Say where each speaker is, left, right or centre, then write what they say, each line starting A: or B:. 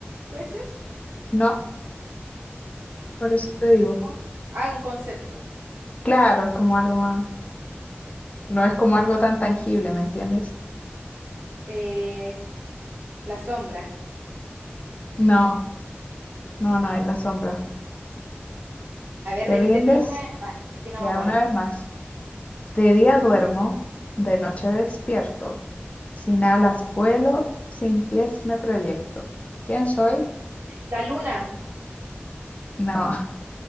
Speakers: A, on the right (about 60°); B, on the left (about 35°).
A: ¿Puede ser?
B: No, por eso te digo.
A: Oh, Ah, un concepto.
B: Claro, es como algo más. No es como algo tan tangible, ¿me entiendes?
A: Eh, la sombra.
B: No, no, no, es la sombra.
A: A ver,
B: ¿Te
A: repítemelo
B: rindes?
A: una vez más, que no
B: Ya
A: me acuerdo.
B: una vez más. De día duermo, de noche despierto. Sin alas vuelo, sin pies me proyecto. ¿Quién soy?
A: La luna.
B: No,